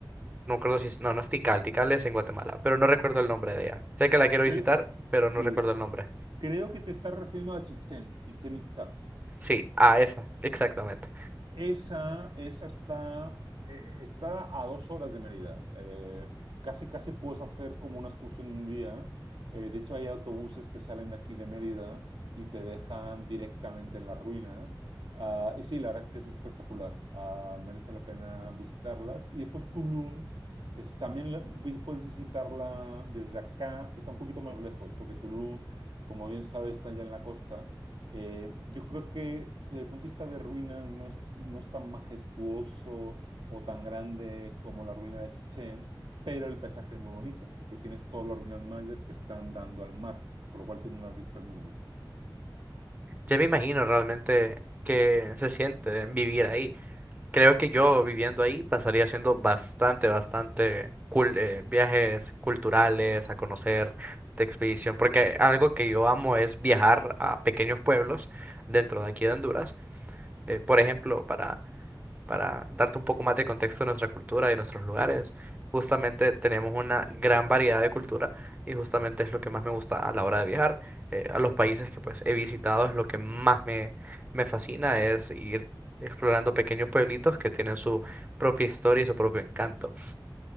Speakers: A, on the right (about 20°); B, on the right (about 80°).
A: no recuerdo si es, no, no es Tikal, Tikal es en Guatemala, pero no recuerdo el nombre de ella. Sé que la quiero visitar,
B: Que,
A: pero
B: sí,
A: no recuerdo el nombre.
B: Creo que te estás refiriendo a Chichén. Chichén Itzá.
A: Sí, a esa, exactamente.
B: Esa, esa está, eh, está a dos horas de Mérida. Eh, casi, casi puedes hacer como una excursión de un día. Eh, de hecho, hay autobuses que salen de aquí de Mérida y te dejan directamente en las ruinas. Ah, y sí, la verdad es que es espectacular. Ah, merece la pena visitarlas. Y después Tulum, es- también la- vi- puedes visitarla desde acá. Está un poquito más lejos, porque Tulum, como bien sabes, está ya en la costa. Eh, yo creo que desde el punto de vista de ruinas no es, no es tan majestuoso o tan grande como la ruina de Chichén, pero el paisaje es muy bonito, porque tienes todas las ruinas mayas que están dando al mar, con lo cual tiene unas vistas muy bonitas.
A: Ya me imagino realmente que se siente vivir ahí Creo que yo viviendo ahí pasaría haciendo bastante, bastante cul- eh, viajes culturales, a conocer de expedición, porque algo que yo amo es viajar a pequeños pueblos dentro de aquí de Honduras. Eh, por ejemplo, para para darte un poco más de contexto de nuestra cultura y de nuestros lugares, justamente tenemos una gran variedad de cultura y justamente es lo que más me gusta a la hora de viajar. Eh, a los países que pues he visitado es lo que más me, me fascina, es ir explorando pequeños pueblitos que tienen su propia historia y su propio encanto.